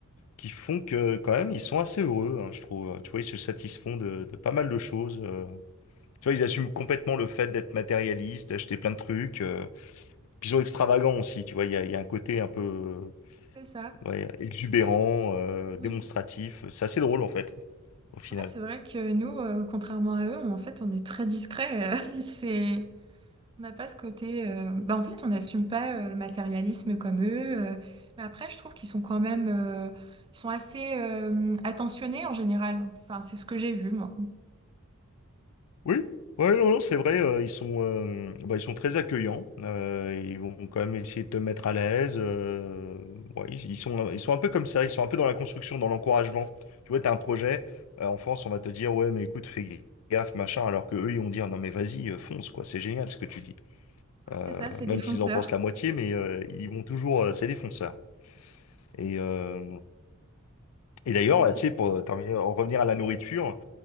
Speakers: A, on the left; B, on the right.
A: qui font que quand même ils sont assez heureux, hein, je trouve. Tu vois, ils se satisfont de, de pas mal de choses. euh. Tu vois, ils assument complètement le fait d'être matérialiste, d'acheter plein de trucs. euh. Puis ils sont extravagants aussi, tu vois, il y a, il y a un côté un peu
B: c'est ça.
A: euh, ouais, exubérant, euh,
B: Oui.
A: démonstratif. C'est assez drôle en fait, au final.
B: Ouais, c'est vrai que nous, euh, contrairement à eux, on- en fait, on est très discret. <laughs> c'est, On n'a pas ce côté. euh, bah, en fait, on n'assume pas euh, le matérialisme comme eux. euh, Mais après, je trouve qu'ils sont quand même. euh, Ils sont assez euh, attentionnés en général. Enfin, c'est ce que j'ai vu, moi.
A: Oui, ouais, non, non, c'est vrai, euh, ils sont, euh, bah, ils sont très accueillants. euh, ils vont quand même essayer de te mettre à l'aise. euh, ouais, ils, ils sont, ils sont un peu comme ça. Ils sont un peu dans la construction, dans l'encouragement. Tu vois, t'as un projet. euh, en France, on va te dire, ouais, mais écoute, fais gaffe, machin. Alors que eux, ils vont dire, non, mais vas-y, euh, fonce, quoi. C'est génial ce que tu dis. Euh,
B: C'est ça, c'est
A: même
B: défonceur.
A: s'ils en pensent la moitié, mais euh, ils vont toujours, euh, c'est des fonceurs. Et, euh, et d'ailleurs,
B: C'est c'est
A: là, tu
B: très
A: sais, pour terminer, en revenir à la nourriture.